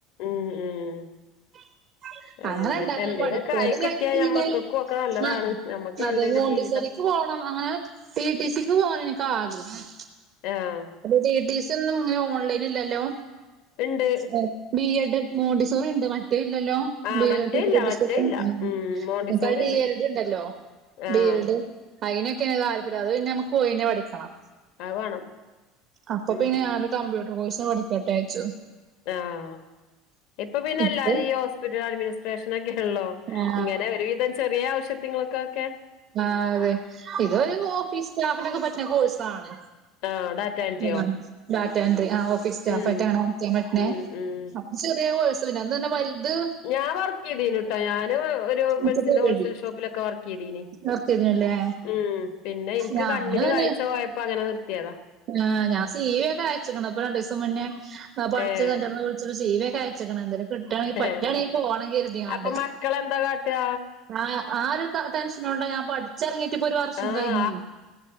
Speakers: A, on the left (about 65°); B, on the right (about 45°).
A: ഉം ഉം
B: <inaudible>
A: അയെന്നെ
B: അങ്ങനെണ്ടാക്കണം
A: എന്തേലൊക്കെ
B: പഠിപ്പ്
A: ആയി
B: അത്
A: കിട്ടിയാ
B: കഴിഞ്ഞിട്ട്
A: ഞമ്മക്കക്കും
B: പിന്നെ
A: ഒക്കെ നല്ലതാണ്
B: ആഹ്
A: ഞമ്മക്ക് നല്ലൊരു
B: അതെ മോണ്ടിസോറി
A: ജീവിതം
B: ത്ത്പോണം അങ്ങനെ ടിടിസിക്ക് പോകാനെനിക്ക് ആഗ്രഹം
A: ഏഹ്
B: ടിടിസി ഒന്നും ഇങ്ങനെ ഓൺലൈന് ഇല്ലല്ലോ
A: ഇണ്ട്
B: ഉം ബിഎഡ് മോഡിസോറിണ്ട് മറ്റേ ഇല്ലല്ലോ
A: ആഹ്
B: ബിഎഡ്
A: മറ്റേ ഇല്ല
B: ടിടിസിക്കെ
A: മറ്റേ
B: ഉം
A: ഇല്ല മോണ്ടിസോറി
B: ഇൻക്കാ ഡിഎൽഡ്
A: ഇണ്ട്
B: ഇണ്ടല്ലോ
A: ആഹ്
B: ഡിഎൽഡ് അയ്നൊക്കെ താല്പര്യം അത് പിന്നെ നമ്മ പോയിന്നെ പഠിക്കണം
A: അത് വാണം
B: അപ്പൊ
A: ഉം
B: പിന്നെ ഞാന് കമ്പ്യൂട്ടർ കോഴ്സ് പഠിക്കട്ടേച്ചു
A: ആഹ് ഇപ്പ പിന്നെ
B: ഇപ്പൊ
A: എല്ലാരും ഈ ഹോസ്പിറ്റൽ അഡ്മിനിസ്ട്രേഷനൊക്കെ ആണല്ലോ
B: ആ
A: ഇങ്ങനെ ഒരുവിധം ചെറിയ ആവശ്യത്തിങ്ങള്ക്കൊക്കെ
B: ആഹ് അതെ ഇതൊരു ഓഫീസ് സ്റ്റാഫിനൊക്കെ പറ്റ്ണ കോഴ്സാണ്
A: ആഹ് ഡാറ്റ എൻട്രിയോ
B: ആഹ് ഡാറ്റ എന്റ്റി ആഹ് ഓഫീസ് സ്റ്റാഫ്റ്റാണോ
A: ഉം
B: ക്ക്യാപറ്റ്ണെ
A: ഉം ഉം
B: അത് ചെറ്യേ കോഴ്‌സ്ന്നെ അതെന്നെ വല്ത്
A: ഞാൻ വർക്ക്യ്തീനുട്ടോ ഞാ ന് ഒരു
B: എനിക്ക്
A: മെഡ്സിന്റെ
B: പേടി
A: ഹോൾശെയിൽ ഷോപ്പിലൊക്കെ വർക്ക്യ്തീനി
B: വർക്ക് ചെയ്തിനല്ലേ
A: ഉം പിന്നെ ഇൻക്ക്
B: ഞാനും
A: കണ്ണിന്
B: തന്നെ
A: കാഴ്ച പോയപ്പോ അങ്ങനെ നിർത്തിയതാ
B: ആഹ് ഞാൻ സീവിക്കെ അയച്ച്ക്ക്ണ് ഇപ്പൊ രണ്ടീസം മുന്നേ പഠിച്ച
A: ഏഹ്
B: സെന്ററ്ന്ന് വിളിച്ച് സിവി ഒക്കെയ ച്ച്ക്ക്ണ് എന്തേലും കിട്ടാണെങ്കിൽ പറ്റാണെല്
A: ഏഹ്
B: പോകണം കര്തിക്കാണ്ട്
A: അപ്പൊ മക്കളെന്താ കാട്ടുക
B: ആഹ് ആ ഒരു ക ടെൻഷനോണ്ട ഞാൻ പഠി ച്ചറ്ങ്ങീട്ട് ഇപ്പൊ ഒരു വർഷം
A: ആഹ്
B: കഴിഞ്ഞ്